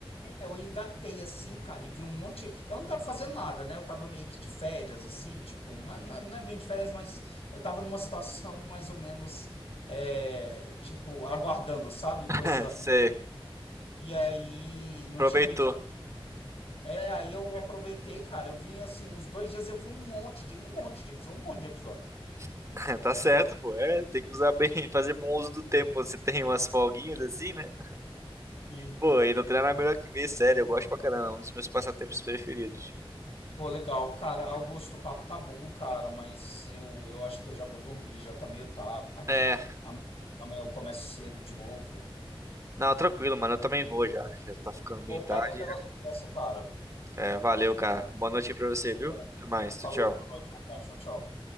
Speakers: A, on the left; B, on the right.
A: Eu engatei assim, cara, e vi um monte. Eu não tava fazendo nada, né? Eu tava meio que de férias, assim, tipo, não é, não é, não é bem de férias, mas eu tava numa situação mais ou menos, é, tipo, aguardando, sabe?
B: <laughs>
A: Coisas acontecendo.
B: Você
A: E aí não
B: aproveitou.
A: tinha muito o é, aí eu aproveitei, cara. Eu vi assim, uns dois dias eu vi um monte de, um monte de episódio, um monte de episódio.
B: <laughs> Tá certo, pô. É, tem que usar bem, <laughs> fazer bom uso do tempo. Você tem umas folguinhas assim, né?
A: E,
B: Pô, e não tem nada melhor que ver, sério. Eu gosto pra caramba. É um dos meus passatempos preferidos.
A: pô, legal, cara. Augusto, o papo tá bom, cara, mas eu, eu acho que eu já vou dormir, já tá meio tarde.
B: É,
A: Amanhã amanhã eu começo cedo de novo.
B: não, tranquilo, mano. Eu também vou já. Já tá ficando bem
A: Pô,
B: tarde.
A: valeu pela conversa, cara.
B: É, valeu, cara. Boa noite aí pra você, viu?
A: É,
B: Até mais. Tchau,
A: Falou,
B: tchau.
A: boa noite, um abraço, tchau, tchau.